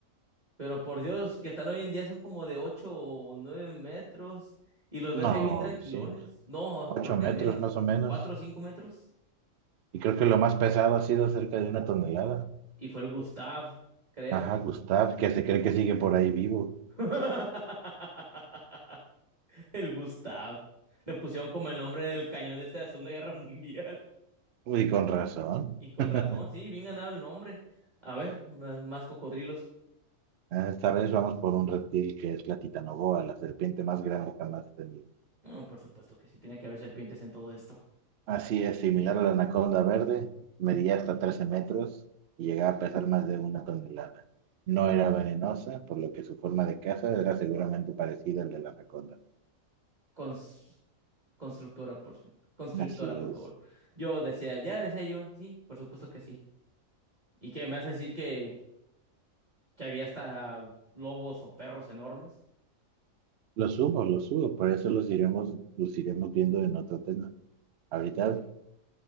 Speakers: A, on the right; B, on the right.
A: Pero por Dios, que están hoy en día son como de 8 o 9 metros. Y los ves
B: No,
A: ahí bien tranquilones.
B: sí,
A: No,
B: ocho
A: creo que
B: metros
A: menos.
B: más o menos.
A: cuatro o cinco metros.
B: Y creo que lo más pesado ha sido cerca de una tonelada.
A: Y fue el Gustav, creo.
B: Ajá, Gustav, que se cree que sigue por ahí vivo.
A: <laughs> El Gustav. Le pusieron como el nombre del cañón ese de la Segunda Guerra Mundial.
B: Uy, con razón.
A: Y con
B: <laughs>
A: razón, sí, bien ganado el nombre. A ver, más, más cocodrilos.
B: Esta vez vamos por un reptil que es la titanoboa, la serpiente más grande jamás tenido.
A: Ah, por supuesto que sí, tiene que haber serpientes en todo esto.
B: Así es, similar a la anaconda verde, medía hasta 13 metros y llegaba a pesar más de una tonelada. No era venenosa, por lo que su forma de caza era seguramente parecida al de la anaconda.
A: Con, constructora, por, constructora,
B: Así
A: por
B: es.
A: favor. Yo decía, ya decía yo, sí, por supuesto que sí. ¿Y qué me vas a decir que, que había hasta lobos o perros enormes?
B: Los subo, los subo, por eso los iremos, los iremos viendo en otro tema. Ahorita
A: Ok.